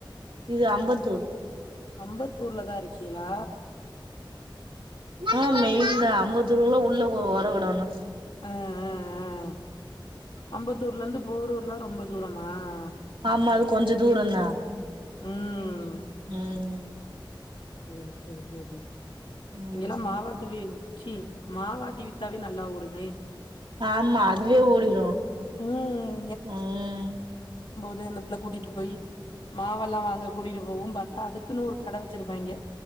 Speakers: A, on the right; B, on the left.
A: இது அம்பத்தூர்
B: அம்பத்தூர்லதா இரு கீலா
A: ஆஹ் மெயின் தா அம்பதூர்ல உள்ள ஓரகடோனு
B: அஹ் அஹ் அஹ் அம்பத்தூர்ல இருந்து போரூர்லா ரொம்ப தூரம் ஆஹ்
A: ஆமா அது கொஞ்ச தூரந்தா
B: உம்
A: உம்
B: உம் உம் சேரி
A: ம்
B: இங்களெல்லா மாவாதுவி சி மாவட்டி வித்தாலே நல்லா ஓடுமே
A: ஆமா அதுவே ஓடிரு
B: ம்
A: உம்
B: எ இந்தப்புள்ள கூட்டிட்டு போய் மாவல்லா வாங்க கூட்டிட்டு போவும் பா அதுக்குனு ஒரு கட வச்சிருப்பாங்க